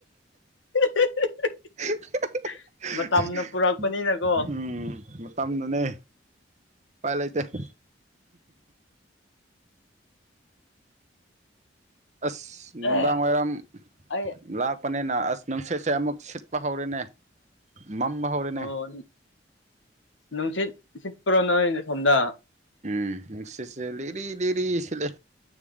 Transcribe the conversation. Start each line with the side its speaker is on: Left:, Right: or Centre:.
Left: <unintelligible>
Right: <unintelligible>
Left: ꯃꯇꯝꯅ ꯄꯨꯔꯛꯄꯅꯤꯅꯀꯣ
Right: ꯎꯝ ꯃꯇꯝꯅꯅꯦ ꯄꯥꯏ ꯂꯩꯇꯦ <unintelligible> ꯑꯁ ꯅꯨꯡꯗꯥꯡ
Left: ꯑꯦ
Right: ꯋꯥꯏꯔꯝ
Left: ꯑꯩ
Right: ꯂꯥꯥꯛ ꯄꯅꯦꯅ ꯑꯁ ꯅꯨꯡꯁꯤꯠꯁꯦ ꯑꯃꯨꯛ ꯁꯤꯠꯄ ꯍꯧꯔꯦꯅꯦ ꯃꯝꯕ ꯍꯧꯔꯦꯅꯦ
Left: ꯑꯣ ꯅꯨꯡꯁꯤꯠ ꯁꯤꯠ ꯄꯔꯣ ꯅꯣꯢ ꯁꯣꯝꯗ
Right: ꯎꯝ ꯅꯨꯡꯁꯤꯠꯁꯦ ꯂꯤꯔꯤ ꯂꯤꯔꯤ ꯁꯤꯠꯂꯦ